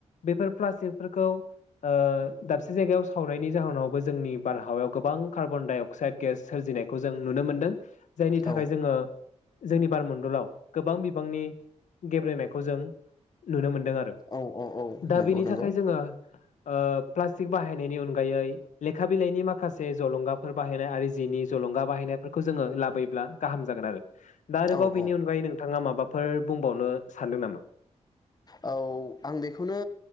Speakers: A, on the left; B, on the left.
A: बैफोर प्लास्टिकफोरखौ ओ दाबसे जायगायाव सावनायनि जाहोनावबो जोंनि बार हावायाव गोबां कार्बनदायअक्स गिनाय जों नुनो मोन जायनि थाखाय
B: औ
A: जोङो जोंनि बारमडलाव गोबां बिबांनि गेब्रेंनायखौ जों नुनो मोनदों आरो
B: औ औ औ
A: दा
B: नंगौ
A: बेनि
B: नंगौ
A: थाखाय जोङो ओ प्लास्टिक बाहायनायनि अनगायैे लेखा बिलाइनि माखासे जलंगाफोर बाहायनाय आरो जिनि जलंगा बाहायनायफोरखौ जोङो लाबोयोब्ला गाहाम जागोन आरो दा आरोबाव
B: औ
A: बेनि
B: औ
A: अनगायै नोंथाङा माबाफोर बुंबावनो सानदों नामा?
B: औ आं बेखौनो